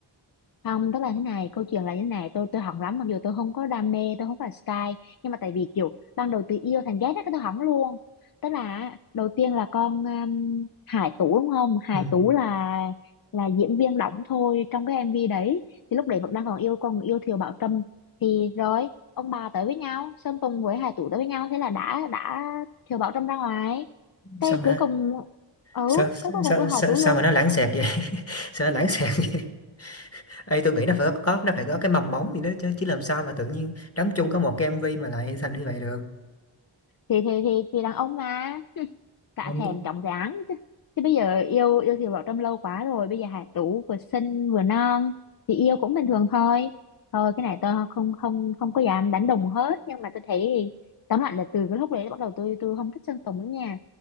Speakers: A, on the left; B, on the left.
A: không tức là thế này câu chuyện là như thế này tôi tôi hỏng lắm mặc dù tôi không có đam mê tôi không phải Sky nhưng mà tại vì kiểu ban đầu từ yêu thành ghét đó cái tôi hỏng luôn tức là á, đầu tiên là con um, Hải Tú đúng không Hải
B: ừ.
A: Tú là là diễn viên đóng thôi trong cái MV đấy thì lúc đấy vẫn đang còn yêu còn yêu Thiều Bảo Trâm thì rồi ông bà tới với nhau Sơn Tùng với Hải Tú tới với nhau thế là đã đã Thiều Bảo Trâm ra ngoài cái
B: sao mà
A: cuối
B: nó-
A: cùng ừ
B: sao,
A: cái cuối
B: sao,
A: cùng yêu Hải
B: sao,
A: Tú
B: sao
A: luôn
B: mà nó lãng xẹt vậy <laughs> sao nó lãng xẹt vậy Ê, tôi nghĩ nó phải có, có nó phải có cái mầm móng gì đó chứ chứ làm sao mà tự nhiên đóng chung có một cái MV mà lại thành như vậy được
A: thì thì thì thì đàn ông mà <laughs> cả
B: không
A: thèm
B: nhớ
A: chóng dáng chứ chứ bây giờ yêu yêu Kiều Bảo Trâm lâu quá rồi bây giờ Hải Tú vừa xinh vừa non thì yêu cũng bình thường thôi thôi cái này tôi không không không có dám đánh đồng hết nhưng mà tôi thấy tóm lại là từ cái lúc đấy bắt đầu tôi tôi không thích Sơn Tùng nữa nha